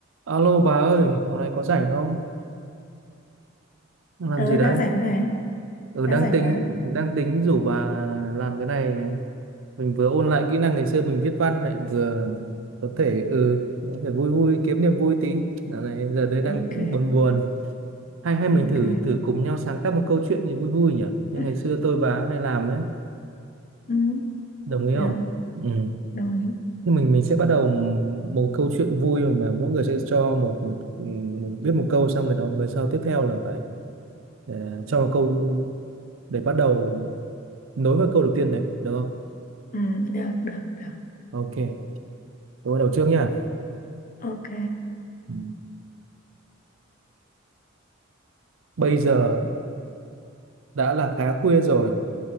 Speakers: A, on the right; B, on the left.
A: Alo bà ơi, dạo này có rảnh không? Đang Làm
B: ừ
A: gì đấy?
B: đang rảnh này
A: Ừ,
B: đang
A: đang
B: rảnh
A: tính
B: mà
A: đang tính rủ bà làm cái này. Mình vừa ôn lại kỹ năng ngày xưa mình viết văn lại vừa có thể ừ có thể vui vui kiếm niềm vui tí. Dạo này giờ đây
B: ok
A: đang buồn buồn. Hay hay mình
B: ok
A: thử thử cùng nhau sáng tác một câu chuyện gì vui vui nhỉ? Như
B: ừ,
A: ngày xưa tôi bà hay làm ấy,
B: ừ,
A: đồng ý
B: được
A: không? Ừ.
B: đồng ý
A: Thì mình mình sẽ bắt đầu một câu chuyện vui mà mỗi người sẽ cho một, một, một viết một câu xong người đó người sau tiếp theo là phải ờ, cho một câu để bắt đầu nối với câu đầu tiên đấy được không
B: ừ, được được được
A: ok tôi bắt đầu trước nha
B: ok
A: Ừ. bây giờ đã là khá khuya rồi